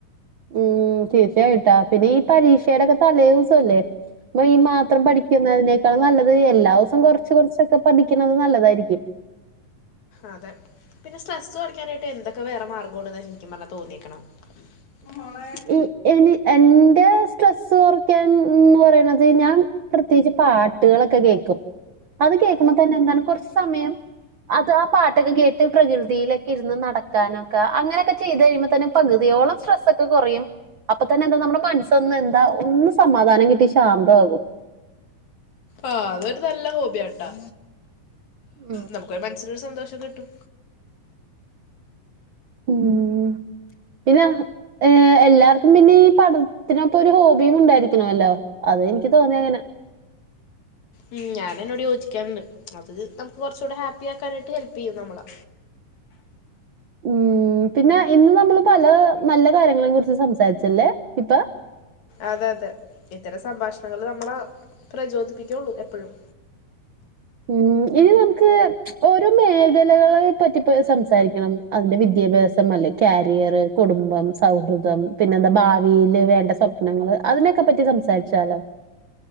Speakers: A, on the right; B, on the left.
A: ഉം തീർച്ചയായിട്ടാ പിന്നെ ഈ പരീക്ഷയുടൊക്കെ തലേദിവസല്ലേ അപ്പ ഈ മാത്രം പഠിക്കുന്നതിനേക്കാൾ നല്ലത് എല്ലാ ദിവസം കൊറച്ച് കൊറച്ചൊക്കെ പഠിക്കുന്നത് നല്ലതായിരിക്കും
B: അതെ പിന്നെ സ്ട്രെസ് കൊറക്കാനായിട്ട് എന്തൊക്കെ വേറെ മാർഗോ ശരിക്കും പറഞ്ഞാ തോന്നിയേക്കണെ മോളെ
A: ഈ- എനി- എന്റെ സ്ട്രെസ് കുറയ്ക്കാൻ എന്ന് പറയണത് ഞാൻ പ്രത്യേകിച്ച് പാട്ടുകളൊക്കെ കേക്കും അത് കേക്കുമ്പോ തന്നെ എന്താണ് കൊറച്ച് സമയം അത് ആ പാട്ടൊക്കെ കേട്ട് പ്രകൃതിയിലൊക്കെ ഇരുന്ന് നടക്കാനൊക്കെ അങ്ങനെയൊക്കെ ചെയ്തെഴിയുമ്പോൾ തന്നെ പകുതിയോളം സ്ട്രെസ്സൊക്കെ കുറയും അപ്പൊ തന്നെ എന്താ നമ്മുടെ മനസ്സൊന്ന് എന്താ ഒന്ന് സമാധാനം കിട്ടി ശാന്തമാകും
B: ആ അതൊരു നല്ല ഹോബിയാട്ടാ
A: ഉം.
B: നമുക്കൊരു മനസ്സിനൊരു സന്തോഷം കിട്ടും
A: ഉം പിന്നെ ഏഹ് എല്ലാർക്കും പിന്നെ ഈ പഠനത്തിനൊപ്പൊ ഒരു ഹോബിയും ഉണ്ടായിരിക്കണല്ലോ അതും എനിക്ക് തോന്നിയ അങ്ങനാ
B: ഉം ഞാനതിനോട് യോജിക്കണണ്ട് അത് നമുക്ക് കുറച്ചുകൂടെ ഹാപ്പി ആക്കാനായിട്ട് ഹെൽപ് ചെയ്യും നമ്മളെ
A: ഉം പിന്നെ ഇന്ന് നമ്മള് പല നല്ല കാര്യങ്ങളെക്കുറിച്ച് സംസാരിച്ചല്ലേ ഇപ്പം
B: അതെ അതെ ഇത്തരം സംഭാഷണങ്ങള് നമ്മളെ പ്രചോദിപ്പിക്കെള്ളു എപ്പഴും
A: ഉം ഇനി നമുക്ക് ഓരോ മേഖലകളെ പറ്റിപ്പോ സംസാരിക്കണം അതിന്റെ വിദ്യാഭ്യാസം അല്ലേ കാരിയർ കുടുംബം സൗഹൃദം പിന്നെ എന്താ ഭാവിയില് വേണ്ട സ്വ പ്നങ്ങള് അതിനൊക്കെ പറ്റി സംസാരിച്ചാലോ?